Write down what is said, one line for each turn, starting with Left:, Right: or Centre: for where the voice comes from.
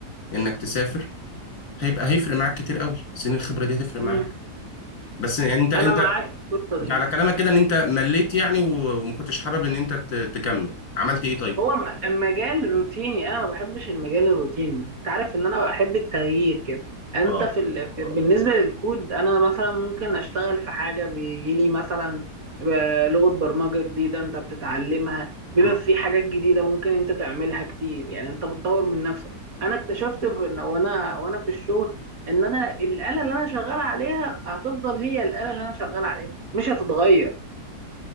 Left: انك تسافر هيبقى هيفرق معاك كتير قوي سن الخبره دي هتفرق معاك
Right: مم.
Left: بس يعني انت انت
Right: انا معاك في القصه
Left: انت
Right: دي
Left: على كلامك كده ان انت مليت يعني و- وما كنتش حابب ان انت ت- تكمل عملت ايه طيب
Right: هو م- مجال روتيني انا ما بحبش المجال الروتيني انت عارف ان انا بحب التغيير كده انت
Left: اه
Right: في, ال... في بالنسبه للكود انا مثلا ممكن اشتغل في حاجه بيجي لي مثلا ب- لغه برمجه جديده انت بتتعلمها بيبقى
Left: امم
Right: في حاجات جديده ممكن انت تعملها كتير يعني انت بتطور من نفسك انا اكتشفت في... وانا وانا في الشغل ان انا الاله اللي انا شغال عليها هتفضل هي الاله اللي انا شغال عليها مش هتتغير